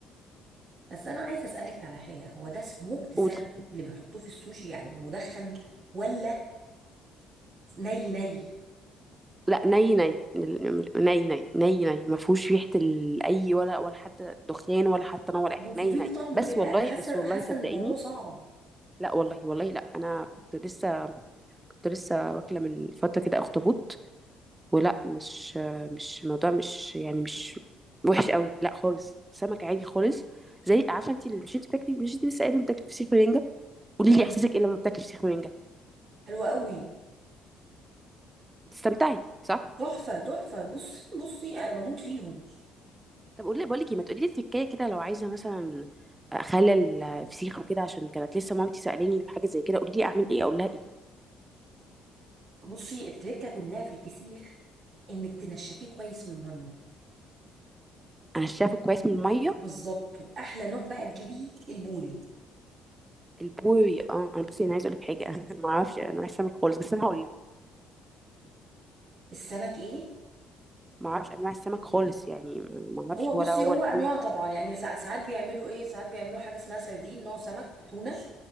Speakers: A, on the right; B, on the right.
A: بس انا عايزه اسالك على حاجه هو ده سموكد
B: قولي
A: سالمون اللي بيحطوه في السوشي يعني مدخن ولا ني ني
B: لا ني ني ني ني ني ني ما فيهوش ريحه ال- اي ولا ولا حتى دخان ولا حتى نوع ولا
A: طب
B: اي حاجه
A: وصفي
B: ني ني
A: لي طعمه
B: بس
A: كده
B: والله
A: انا حاسه
B: بس والله
A: حاسه
B: صدقيني
A: ان الموضوع صعب
B: لا والله والله لا انا كنت لسه كنت لسه واكله من فتره كده اخطبوط ولا مش مش الموضوع مش يعني مش وحش قوي لا خالص سمك عادي خالص زي عارفه انت مش انت بتاكلي مش انت لسه قايله إنك بتاكلي فسيخ ورنجة قولي
A: امم
B: لي احساسك ايه لما بتاكلي فسيخ ورنجة
A: حلو قوي
B: بتستمتعي صح
A: تحفه تحفه بصي بصي انا بموت فيهم
B: طب قولي بقول لك ايه ما تقولي لي التركية كده لو عايزة مثلا اخلل الفسيخ وكده عشان كانت لسه مامتي سألاني بحاجة زي كده قولي لي اعمل ايه اقول لها ايه
A: بصي التركه كلها في الفسيخ انك تنشفيه كويس من الميه
B: انا شايفه كويس من المية
A: بالظبط واحلى نوع بقى تجيبيه البوري
B: البوري اه انا بصي انا عايزه اقول لك حاجه <laughs> انا ما اعرفش انواع السمك خالص بس انا هقول لها
A: السمك ايه
B: ما اعرفش انواع السمك خالص يعني ما اعرفش
A: هو
B: ولا
A: بصي
B: هو
A: هو
B: البوري
A: انواع طبعا يعني سا- ساعات بيعملوا ايه ساعات بيعملوا حاجه اسمها سردين نوع سمك تونه